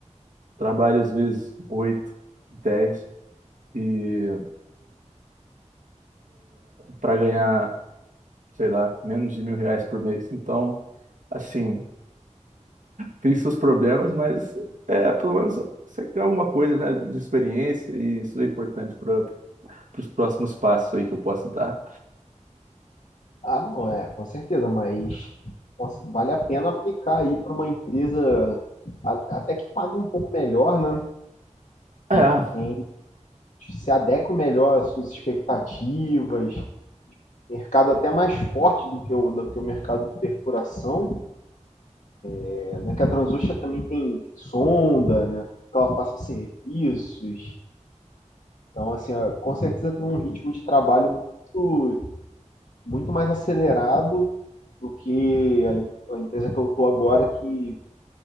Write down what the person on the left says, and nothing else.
Ah, não é, com certeza, mas nossa, vale a pena aplicar aí para uma empresa a- até que pague um pouco melhor, né?
E que tem, se adeque melhor às suas expectativas, mercado até mais forte do que o, do que o mercado de perfuração, é, né? Que a Transocean também tem sonda, né? Que ela faça serviços. Então, assim, ó, com certeza tem um ritmo de trabalho muito muito mais acelerado do que a, a empresa que eu estou agora, que,